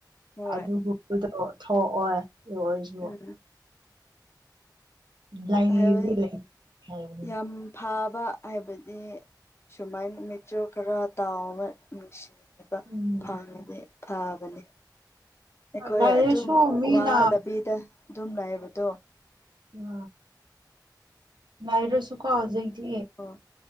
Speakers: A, on the left; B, on the right.
A: ꯍꯣꯏ
B: ꯑꯗꯨꯕꯨ ꯑꯗꯨ ꯊꯣꯛꯑꯣꯏ ꯑꯗꯨ ꯑꯣꯏꯔꯁꯨ
A: ꯎꯝ
B: ꯂꯩꯕꯗꯤ
A: ꯍꯥꯏꯕꯗꯤ
B: ꯂꯩ ꯍꯥꯏꯕ
A: ꯌꯥꯝ ꯐꯥꯕ ꯍꯥꯏꯕꯗꯤ ꯁꯨꯃꯥꯏ ꯃꯦꯆꯤꯑꯣꯔ ꯈꯔ ꯇꯥꯎꯕ ꯎꯝ ꯅꯨꯡꯁꯤꯌꯦ <unintelligible>
B: ꯎꯝ
A: ꯐꯅꯦ ꯐꯕꯅꯦ ꯑꯩꯈꯣꯏ
B: ꯂꯥꯏꯔꯁꯨ
A: ꯑꯗꯨꯝ
B: ꯃꯤꯅ
A: ꯋꯥꯗꯕꯤꯗ ꯑꯗꯨꯝ ꯂꯩꯕꯗꯣ
B: ꯑ ꯉꯥꯏꯔꯁꯨ ꯀꯣ ꯍꯧꯖꯤꯛꯇꯤ
A: ꯍꯣꯏ